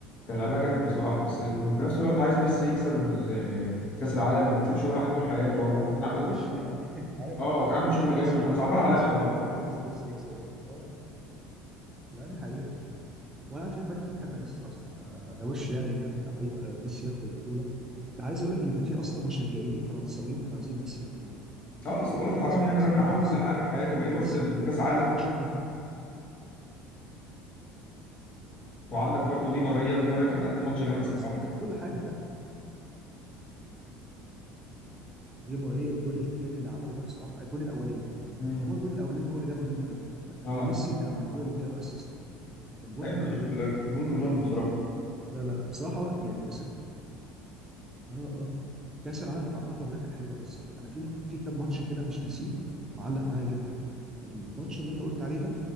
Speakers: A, on the left (about 45°); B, on the right (about 20°).
A: كان لعبها جامد بصراحه بس كنت في نفس الوقت عايز ميسي يكسب إن ال- كاس العالم يعني ما يكسبش ولا واحد طول حياته
B: هي
A: وهو
B: <laughs> هو
A: كان عامل
B: وش يعني <laughs> انت عارف
A: اه وكان عامل شغل
B: مصر
A: جامد وكان
B: كلها
A: صعبان عليا
B: مصر
A: بصراحه
B: كلها كانت عايزه ميسي يكسب يعني اه لا دي حقيقه وانا عارف انك ما انت بتحب ميسي اصلا فده وش يعني انت كنت عايز آه، ميسي ياخد البطوله ده عايز اقول لك اللي كان فيه اصلا مشجعين فرنساويين كانوا عايزين ميسي ياخد
A: اه اصل
B: يعني
A: بقول
B: كان
A: لك
B: في
A: حرام
B: ناس فرنساويين
A: يعني الراجل عمل
B: نفسهم
A: كل حاجه في حياته باقي
B: ان
A: له بس
B: ميسي
A: الكاس
B: ياخد الف- البطوله
A: عالم
B: عشان هو بيحبه
A: وعندك برضو دي ماريا دي ماريا كان مقدم ماتش جامد
B: اه
A: الصراحه
B: اصل هو خد كل حاجه فعلا دي ماريا الجون الثاني اللي عمله ده بصراحه الجون الاولاني
A: امم
B: ما هو الجون الاولاني هو اللي جابه دي ماريا لا،
A: اه
B: وميسي كان عامل هو اللي اداله اسيست كان جون
A: ايوه
B: كان
A: انا
B: حلو
A: شفته
B: جدا
A: لك ممكن جامد بصراحه
B: لا لا بصراحه هو- يعني كاس ال- اه اه كاس العالم بتاع قطر ده كان حلو قوي الصراحه انا في م- في كام ماتش كده مش ناسيه معلق معايا جدا الماتش اللي انت قلت عليه ده